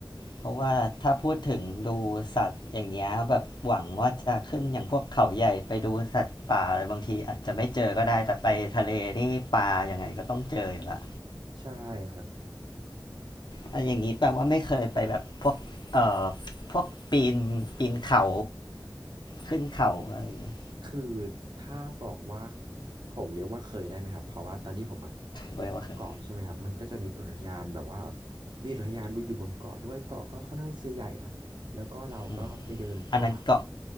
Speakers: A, on the left; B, on the right.
A: เพราะว่าถ้าพูดถึงดูสัตว์อย่างเงี้ยแบบหวังว่าจะขึ้นอย่างพวกเขาใหญ่ไปดูสัตว์ป่าอะไรบางทีอาจจะไม่เจอก็ได้แต่ไปทะเลนี่ปลายังไงก็ต้องเจออยู่ละ
B: ใช่ครับ
A: อะอย่างนี้แปลว่าไม่เคยไปแบบพวกเอ่อพวกปีนปีนเขาขึ้นเขาอะไรอย่างงี้
B: คือถ้าบอกว่าผมเรียกว่าเคยได้ไหมครับเพราะว่าตอนที่ผมอะไปเที่ยวเกาะใช่ไหมครับมันก็จะมีอุทยานแบบว่า
A: ไม่ว่าเคย
B: มีอุทยานอยู่บนเกาะด้วยเกาะก็ค่อนข้างจะใหญ่ครับแล้วก็เราก็ไปเดินป่า
A: อืมอันนั้นเกาะ